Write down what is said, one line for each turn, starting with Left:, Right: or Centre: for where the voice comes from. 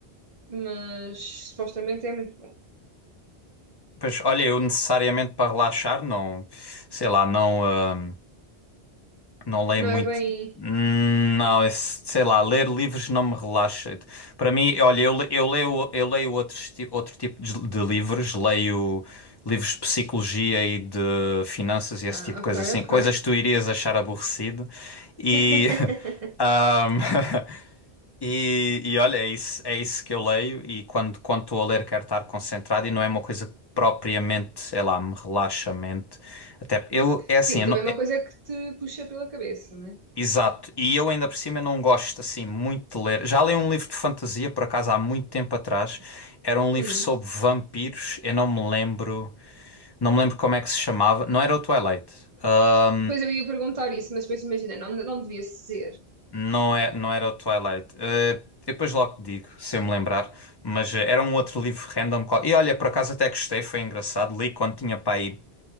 Right: Mas supostamente é muito bom.
Left: Pois, olha, eu necessariamente para relaxar, não, sei lá, não. ah, Não leio
Right: Não
Left: muito.
Right: é bem.
Left: Hum, Não, esse- sei lá, ler livros não me relaxa. Para mim, olha, eu, le- eu leio, eu leio outros, ti- outro tipo de, de livros, leio livros de psicologia e de finanças e esse
Right: Ah,
Left: tipo de coisa
Right: ok,
Left: assim,
Right: ok.
Left: coisas que tu irias achar aborrecido. E,
Right: <laughs>
Left: <laughs> ahm, <laughs> e, e olha, é isso, é isso que eu leio e quando, quando estou a ler quero estar concentrado e não é uma coisa que propriamente, sei lá, me relaxa a mente. Até eu, é assim,
Right: Sim,
Left: eu
Right: também
Left: não-
Right: é
Left: é,
Right: uma coisa que te puxa pela cabeça, né?
Left: Exato, e eu ainda por cima não gosto assim muito de ler. Já li um livro de fantasia, por acaso, há muito tempo atrás. Era um livro
Right: Hum.
Left: sobre vampiros, eu não me lembro, não me lembro como é que se chamava. Não era o Twilight. Ah,
Right: Pois eu ia perguntar isso, mas depois imaginei, não, não devia ser.
Left: Não é, não era o Twilight. Eh, eu depois logo te digo, se eu me lembrar. Mas eh, era um outro livro random. qual- E olha, por acaso até gostei, foi engraçado. Li quando tinha para aí.